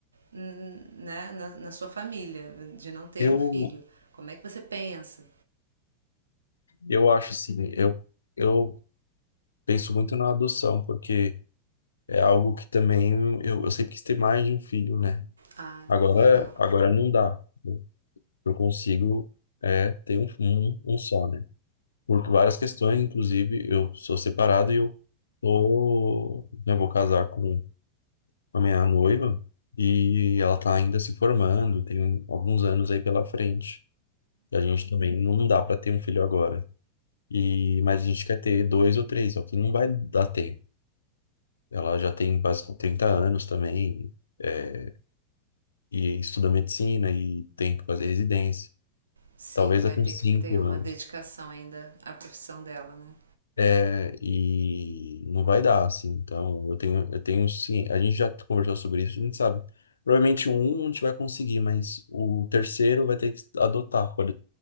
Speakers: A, on the right (about 75°); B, on the left (about 70°).
A: né, na, na sua família, de não ter
B: Eu,
A: um filho. Como é que você pensa?
B: eu acho assim, eu, eu penso muito na adoção, porque. É algo que também eu, eu sempre quis ter mais de um filho, né?
A: Ah,
B: Agora,
A: legal.
B: agora não dá. Eu eu consigo é ter um, um, um só, né? Por várias questões, inclusive eu sou separado e eu tô, né, vou casar com a minha noiva e ela tá ainda se formando, tem um, alguns anos aí pela frente. E a gente também não dá para ter um filho agora. E mas a gente quer ter dois ou três, só que não vai dar ter. Ela já tem basicamente 30 anos também. é, e estuda medicina e tem que fazer residência.
A: Sim,
B: Talvez
A: vai
B: daqui
A: ter
B: uns
A: que
B: cinco
A: ter uma
B: anos.
A: dedicação ainda à profissão dela, né?
B: É, e não vai dar, assim. Então, eu tenho, eu tenho sim. A gente já conversou sobre isso, a gente sabe. Provavelmente um a gente vai conseguir, mas o terceiro vai ter que adotar, por,